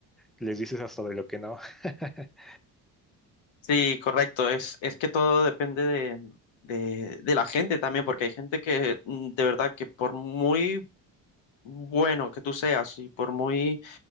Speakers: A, in the centre; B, on the left.
A: les dices hasta de lo que no. <laughs>
B: Sí, correcto, es, es que todo depende de, de, de la gente también, porque hay gente que mm, de verdad que por muy bueno que tú seas y por muy